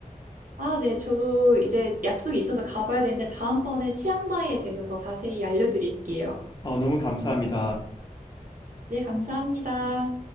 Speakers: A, on the right; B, on the left.
A: 아, 네. 저도 이제 약속이 있어서 가봐야 되는데 다음번에 치앙마이에 대해서 더 자세히 알려드릴게요.
B: 어, 너무 감사합니다.
A: 네, 감사합니다.